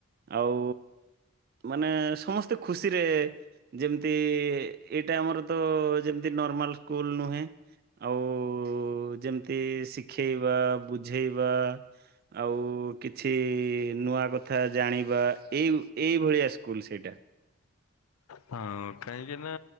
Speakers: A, on the right; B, on the left.
A: ଆଉ ମାନେ ସମସ୍ତେ ଖୁସିରେ ଯେମିତି ଏଇଟା ଆମର ତ ଯେମିତି ନର୍ମାଲ ସ୍କୁଲ ନୁହେଁ। ଆଉ ଯେମିତି ଶିଖେଇବା ବୁଝେଇବା। ଆଉ କିଛି ନୂଆ କଥା ଜାଣିବା ଏଇ ଏଇ ଭଳିଆ ସ୍କୁଲ ସେଇଟା।
B: ହ <unintelligible> ହଁ କାହିଁକି ନା